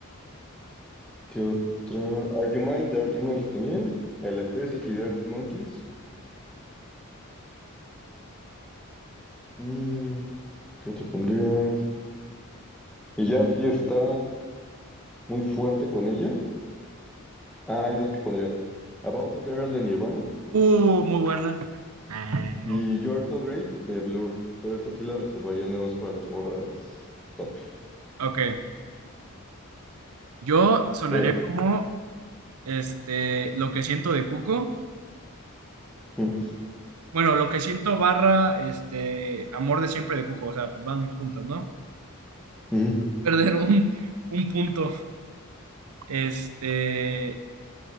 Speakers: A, in the centre; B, on the right (about 80°).
A: ¿qué otra? Are You Mine, de Arctic Monkeys también. Electricity, de Arctic Monkeys. Mm, ¿qué otra pondría? Y ya sí está muy fuerte con ella. Ah, hay dos que pondría. About a Girl de Nirvana
B: Uh, muy buena. Ah,
A: y
B: no.
A: You're So Great de Blur. Pero eso sí la reservaría nada más para las morras top.
B: Ok. Yo sonaría
A: Sí.
B: como, este, Lo que siento de Cuco.
A: Mm,
B: Bueno, lo que siento barra este amor de siempre de Cuco, o sea, pues van juntas, ¿no?
A: ujú.
B: Perder un, un punto. Este,